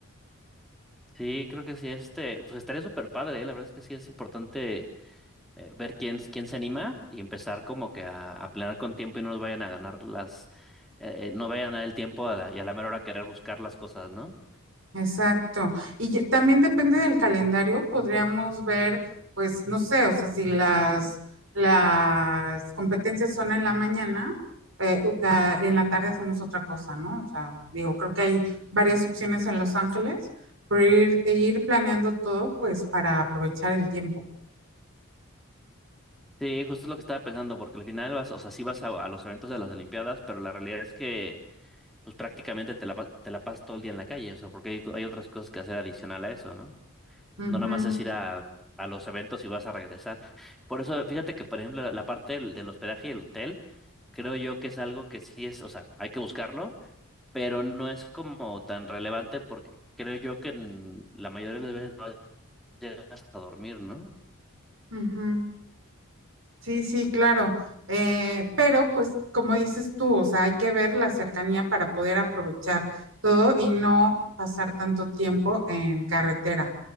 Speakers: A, in the centre; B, on the right.
A: Sí, creo que sí, este, pues estaría súper padre, ¿eh? La verdad es que sí es importante eh, ver quién, quién se anima y empezar como que a, a planear con tiempo y no nos vayan a ganar las, eh, eh, no vayan a dar el tiempo a la- y a la mera hora querer buscar las cosas, ¿no?
B: Exacto. Y ya- también depende del calendario, podríamos ver, pues, no sé, o sea, si las, las competencias son en la mañana, eh, u- ah, en la tarde hacemos otra cosa, ¿no? O sea, digo, creo que hay varias opciones en Los Ángeles, pero ir, e ir planeando todo, pues, para aprovechar el tiempo.
A: Sí, justo es lo que estaba pensando, porque al final vas, o sea, sí vas a, a los eventos de las Olimpiadas, pero la realidad es que pues prácticamente te la, pa- te la pasas todo el día en la calle, o sea, porque hay, hay otras cosas que hacer adicional a eso, ¿no?
B: Ujú,
A: No nada más es ir a, a los eventos y vas a regresar. Por eso, fíjate que, por ejemplo, la la parte del, del hospedaje y el hotel, creo yo que es algo que sí es, o sea, hay que buscarlo, pero no es como tan relevante porque creo yo que en la mayoría de las veces no llegas a dormir, ¿no?
B: ujú. Sí, sí, claro. Eh, pero pues como dices tú, o sea, hay que ver la cercanía para poder aprovechar todo y no pasar tanto tiempo en carretera,